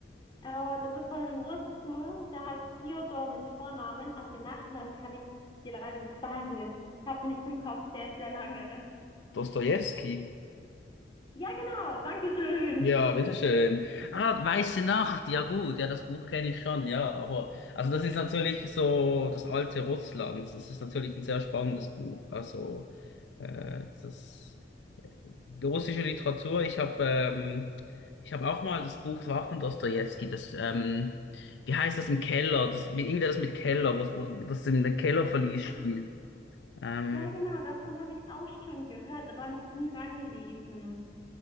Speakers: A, on the left (about 25°); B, on the left (about 85°).
A: Äh, das ist von einem Russen, der heißt Fyodor mit Vornamen, aber den Nachnamen kann ich dir leider nicht sagen. Ich habe den nicht im Kopf, der ist sehr lange.
B: Dostojewski.
A: Ja, genau, danke schön.
B: Ja, bitteschön. Ah, Weiße Nacht, ja gut, ja, das Buch kenne ich schon, ja, aber, also das ist natürlich so das alte Russland, das ist natürlich ein sehr spannendes Buch, also, äh, das, äh, die russische Literatur, ich habe, ähm, ich habe auch mal das Buch, das war auch von Dostojewski, das, ähm, wie heißt das im Keller, das, mit- irgendetwas mit Keller, wo, wo, wo das in einem Kellerverlies
A: Ah,
B: spielt, ähm,
A: ja, genau, davon habe ich auch schon gehört, aber noch nie reingelesen.